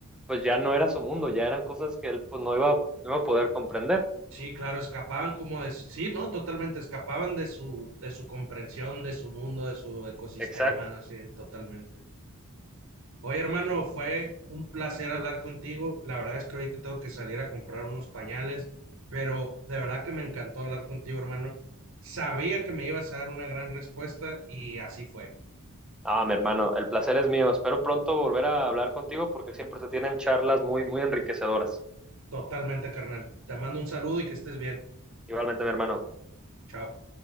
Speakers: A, in the centre; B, on the right.
A: pues ya no era su mundo, ya eran cosas que él pues no iba, no iba a poder comprender.
B: Sí, claro, escapaban como de, sí, ¿no? Totalmente, escapaban de su, de su comprensión, de su mundo, de su ecosistema,
A: Exacto.
B: ¿no? Así, totalmente. Oye, hermano, fue un placer hablar contigo. La verdad es que ahorita tengo que salir a comprar unos pañales, pero de verdad que me encantó hablar contigo, hermano. Sabía que me ibas a dar una gran respuesta y así fue.
A: Ah, mi hermano, el placer es mío. Espero pronto volver a hablar contigo porque siempre se tienen charlas muy, muy enriquecedoras.
B: Totalmente, carnal. Te mando un saludo y que estés bien.
A: Igualmente, mi hermano.
B: Chao.